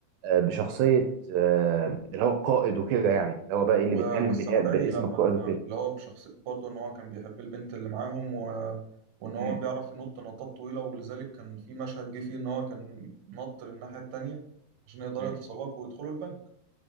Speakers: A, on the right; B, on the right.
A: آه، بشخصية آه، اللي هو القائد وكده يعني اللي هو بقى إيه اللي
B: و-
A: بيتكلم
B: والسعداني
A: بنيا- باسم
B: لما
A: القائد وكده
B: اللي هو بشخصية برضه إن هو كان بيحب البنت اللي معاهم و... وإن هو
A: مم.
B: بيعرف ينط نطات طويلة ولذلك كان في مشهد جه فيه إن هو كان نط للناحية التانية عشان يقدروا
A: مم.
B: يتسلقوا ويدخلوا البنك